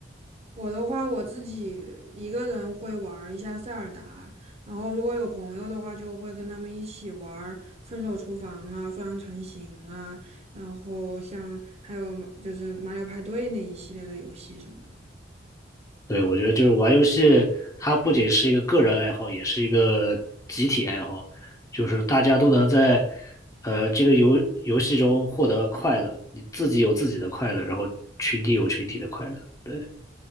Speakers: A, on the right (about 35°); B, on the left (about 20°).
A: 我的话，我自己一个人会玩儿一下塞尔达，然后如果有朋友的话，就会跟他们一起玩儿分手厨房》啊、《双人成行》啊，然后像还有就是《马里奥派对》那一系列的游戏什么的。
B: 对，我觉得就是玩游戏，它不仅是一个个人爱好，也是一个集体爱好，就是大家都能在呃这个游游戏中获得快乐，你自己有自己的快乐，然后群体有群体的快乐。对。